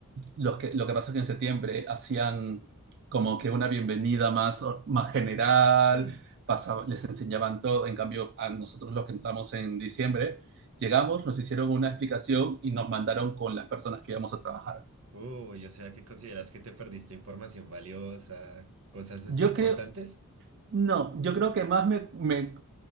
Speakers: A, on the right (about 50°); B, on the right (about 70°).
A: Los que, lo que pasa es que en septiembre hacían como que una bienvenida más, más general,
B: Mm.
A: pasaba, les enseñaban todo. En cambio, a nosotros los que entramos en diciembre, llegamos, nos hicieron una explicación y nos mandaron con las personas que íbamos a trabajar.
B: Uy, o sea, ¿qué consideras que te perdiste información valiosa, cosas así
A: Yo
B: importantes?
A: creo, no, yo creo que más me, me